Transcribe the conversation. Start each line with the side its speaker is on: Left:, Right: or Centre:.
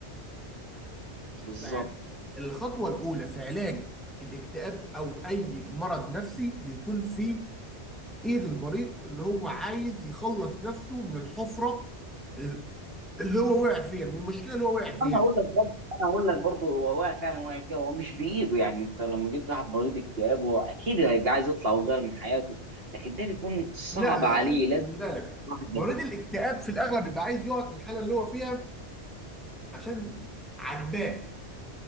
Centre: شفت
Right: بالظبط
Centre: معاك الخطوة الأولى في علاج الاكتئاب أو أي مرض نفسي بيكون في إيد المريض اللي هو عايز يخلص نفسه من الحفرة ال- اللي هو وقع فيها من المشكلة اللي هو وقع فيها
Right: انا هقول لك برضه انا هقول لك برضه هو واقع فعلا واقع فيها هو مش بايده يعني انت لما جبت واحد مريض اكتئاب هو اكيد هيبقى عايز يطلع ويغير من حياته لكن ده بيكون صعب
Centre: لا
Right: عليه
Centre: لا لا لا
Right: لازم
Centre: خلي بالك
Right: واحد
Centre: مريض الاكتئاب في الأغلب بيبقى عايز يقعد في الحالة اللي هو فيها عشان عجباه